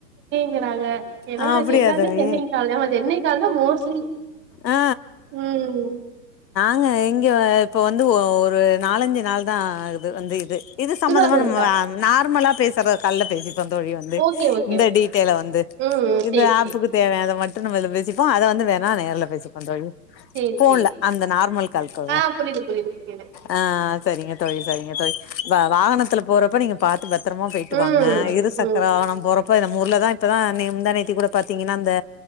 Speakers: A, on the right; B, on the left.
A: கிறாங்க என்னதா
B: ஆ
A: வச்சி
B: அப்டியா
A: எல்லாமே
B: தோழி
A: சென்னை கால் தாமா சென்னை கால் தா மோஸ்ட்லி
B: ஆ
A: உம்
B: அ இங்க வ இப்ப வந்து ஒ ஒரு நாலஞ்சு நாள் தா ஆகுது வந்து இது இது சம்பந்தமா
A: திருவாரூர்
B: நம்ம
A: தான்.
B: வ நார்மலா பேசற கால்ல பேசிட் ந்தோழி வந்து
A: ஓகே, ஓகே,
B: இந்த
A: ஓகே.
B: டீட்டெய்ல வந்து
A: ம், ம்.
B: இந்த
A: சரி,
B: ஆப்புக்கு
A: சரி.
B: தேவையானத மட் டுநம்ம இதுல பேசிப்போ அத வந்து வேணா நேர்ல பேசிப்பொந்தோழி
A: சரி,
B: போன்ல
A: சரி.
B: அந்த நார்மல் கால்கு வருவோ
A: ஆ புரியுது, புரியுது, புரியுது.
B: ஆஹ் சரிங்க தோழி சரிங்க தோழி வ வாகனத்துல போறப்ப நீங்க பாத் பத்ரமா பொயிட்டு
A: ம்,
B: வாங்க இரு சக்கரோ
A: ம்.
B: நம் போறப் இப்ப நம்மூர்ல தா இப்பதா நீ முந்தா நேத்தி கூட பாத்திங்கனா அந்த